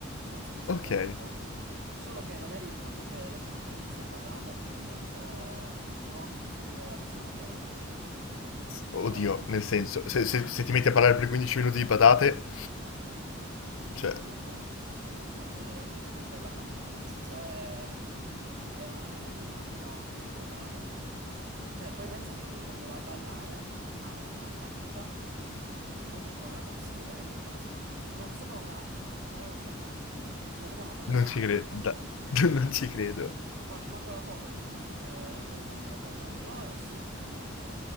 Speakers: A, on the right; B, on the left.
A: Penso che stia
B: Ok.
A: bene, in fondo. Solo che magari il fatto che lo chiamano sempre Mr. Patata potrebbe un po', no, scrivere la persona che è. Però...
B: Oddio, nel senso, se, se- se ti metti a parlare per 15 minuti di patate, cioè...
A: Sì, ormai, ormai fa parte, de- capito, fa parte della famiglia, nel senso è, è una, è una, è un'amicona, Mr. Patata. Cioè, poi pensa che lui quando va a ballare ha una camicia molto colorata, psichedelica quasi, con sopra una patata stampata. Una, proprio una patata
B: Non ci credo,
A: stampata.
B: da- <laughs> non ci credo.
A: Guarda, ti mando la foto la prossima volta che lo vedo andare a ballare, però è assurdo, eh?